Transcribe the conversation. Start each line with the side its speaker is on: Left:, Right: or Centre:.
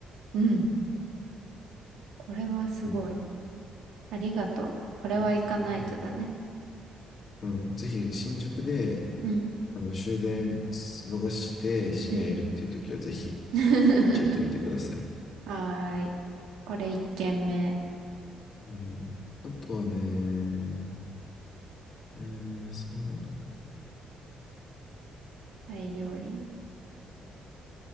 Right: うん。これはすごい。
Left: うん。
Right: ありがとう。これは行かないとだね。
Left: ようん。うん。ぜひ新宿で、
Right: うん。
Left: あの、終電逃して深夜いるっていう時はぜひ
Right: うん。<laughs>
Left: 立ち寄ってみてください。
Right: はーい。これ一軒目。
Left: うん。あとはね、えー、そうだな。
Right: タイ料理。